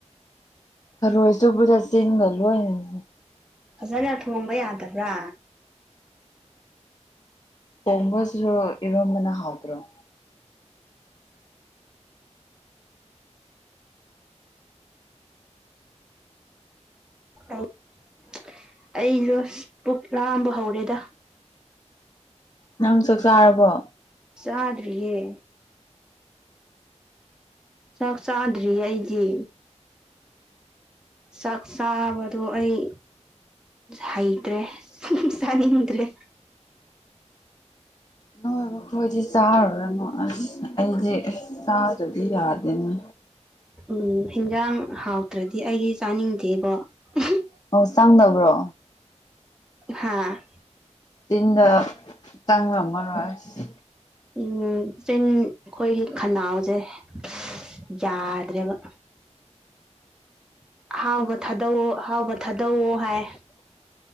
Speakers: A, on the left; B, in the centre.
A: ꯊꯔꯣꯏ ꯆꯨꯞꯄꯗ ꯆꯤꯟꯒ ꯂꯣꯏꯅ
B: ꯐꯖꯅ ꯊꯣꯡꯕ ꯌꯥꯗꯕ꯭ꯔꯥ
A: ꯊꯣꯡꯕ ꯁꯔꯨꯛ ꯏꯔꯣꯝꯕꯅ ꯍꯥꯥꯎꯇ꯭ꯔꯣ
B: ꯑꯩ ꯑꯩꯖꯨ ꯑꯁ ꯄꯨꯛ ꯂꯥꯝꯕ ꯍꯧꯔꯦꯗ
A: ꯅꯪ ꯆꯛ ꯆꯥꯔꯕꯣ
B: ꯆꯥꯗ꯭ꯔꯤꯌꯦ ꯆꯥꯛ ꯆꯥꯗ꯭ꯔꯤ ꯑꯩꯗꯤ ꯆꯥꯛ ꯆꯥꯕꯗꯣ ꯑꯩ ꯍꯩꯇ꯭ꯔꯦ ꯆꯥꯅꯤꯡꯗ꯭ꯔꯦ
A: ꯅꯣꯏ ꯃꯈꯣꯏꯗꯤ ꯆꯥꯔꯨꯔꯅꯨ ꯑꯁ ꯑꯩꯗꯤ ꯏꯁ ꯆꯥꯗꯗꯤ ꯌꯥꯗꯦꯅꯦ
B: ꯎꯝ ꯍꯤꯟꯖꯥꯡ ꯍꯥꯎꯇ꯭ꯔꯗꯤ ꯑꯩꯗꯤ ꯆꯥꯅꯤꯡꯗꯦꯕꯣ ꯎꯍꯨꯝ
A: ꯑꯣ ꯆꯪꯗꯕ꯭ꯔꯣ
B: ꯍꯥꯥ
A: ꯆꯤꯟꯗ ꯆꯪꯔꯝꯃꯔꯣꯏ ꯑꯁ
B: ꯎꯝ ꯆꯤꯟ ꯑꯈꯣꯏꯒꯤ ꯈꯅꯥꯎꯖꯦ <unintelligible> ꯌꯥꯗ꯭ꯔꯦꯕ ꯑꯍꯥꯎꯕ ꯊꯥꯗꯧꯑꯣ ꯑꯍꯥꯎꯕ ꯊꯥꯗꯧꯑꯣ ꯍꯥꯏ